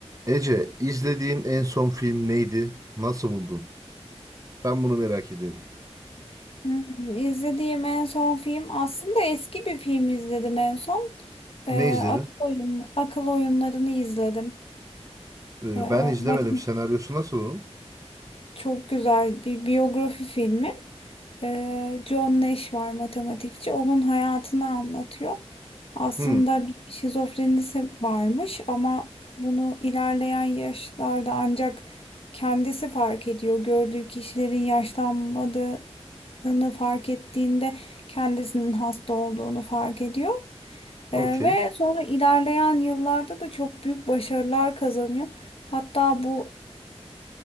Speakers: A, on the right; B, on the left.
A: Ece, izlediğin en son film neydi? Nasıl buldun? Ben bunu merak ediyorum.
B: Hmm, İzlediğim en son film aslında eski bir film izledim en son. Ee,
A: Ne izledin?
B: akıl oyun, akıl oyunlarını izledim.
A: Ee,
B: Ee,
A: ben izlemedim.
B: bakın
A: Senaryosu nasıl onun?
B: çok güzel bir biyografi filmi. Ee, John Nash var matematikçi. Onun hayatını anlatıyor. Aslında
A: Hmm,
B: bir şizofrenisi varmış ama bunu ilerleyen yaşlarda ancak kendisi fark ediyor. Gördüğü kişilerin yaşlanmadığı hastalandığını fark ettiğinde kendisinin hasta olduğunu fark ediyor.
A: okey.
B: Ee, ve sonra ilerleyen yıllarda da çok büyük başarılar kazanıyor. Hatta bu